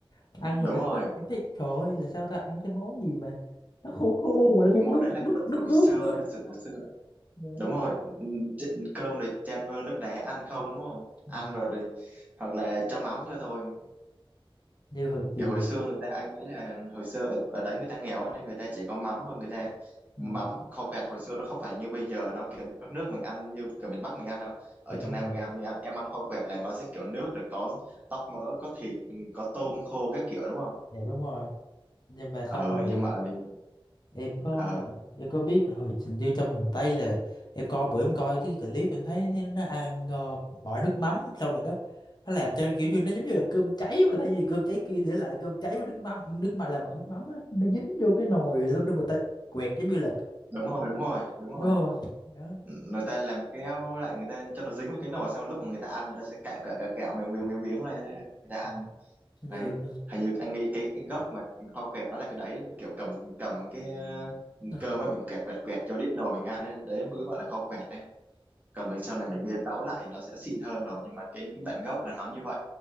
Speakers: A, on the left; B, on the right.
A: ăn rồi
B: đúng rồi
A: thấy- em thấy trời ơi, là sao ta ăn cái món gì mà nó khô khô mà nó cũng
B: cái món
A: nước
B: đấy là
A: nước
B: kiểu
A: nước
B: hồi
A: nước
B: xưa
A: nữa
B: từ hồi xưa
A: Dạ đúng.
B: đúng rồi ừm, ch- cơm rồi chan vô nước đá ăn không đúng không
A: Ừ.
B: ăn rồi thì hoặc là cho mắm cho thôi
A: như hồi chiều
B: Kiểu hồi xưa người ta anh nghĩ là hồi xưa ở, ở đấy người ta nghèo ấy, nên người ta chỉ có mắm thôi người ta
A: ừ.
B: mắm khâu quẹt hồi xưa nó không phải như bây giờ nó kiểu nước nước mình ăn như kiểu miền Bắc mình ăn đâu ở
A: dạ
B: trong
A: đúng
B: Nam
A: rồi
B: mình ăn mình ăn em ăn khâu quẹt là nó sẽ kiểu nước rồi có tóp mỡ có thịt có tôm khô các kiểu đúng không
A: dạ đúng rồi nhưng mà xong
B: ừ
A: rồi
B: nhưng mà ở miền
A: em có
B: ờ,
A: em có biết là hồi trình như trong miền Tây là em coi bữa em coi cái clip em thấy, thấy nó ăn ờ, bỏ nước mắm xong rồi đó nó làm cho kiểu như nó giống như là cơm cháy mà thay vì cơm cháy kia thì nó lại cơm cháy với nước mắm nước mà làm bằng nước mắm á nó dính vô cái nồi xong rồi người ta quẹt giống như là
B: đúng rồi đúng rồi đúng rồi
A: đúng không anh đó
B: người ta làm keo lại người ta cho nó dính vào cái nồi xong lúc mà người ta ăn người ta sẽ cạo cạo cạo cạo miếng miếng miếng miếng lên người ta ăn
A: Ừ. như
B: đấy hình như anh nghĩ cái, cái gốc mà kho quẹt đó là cái đấy kiểu cầm cầm cái ờ,
A: đó.
B: cơm ấy mình quẹt quẹt quẹt cho đít nồi mình ăn ấy đấy mới gọi là kho quẹt đấy còn mình sau này mình biến tấu lại nó sẽ xịn hơn rồi nhưng mà cái bản gốc là nó như vậy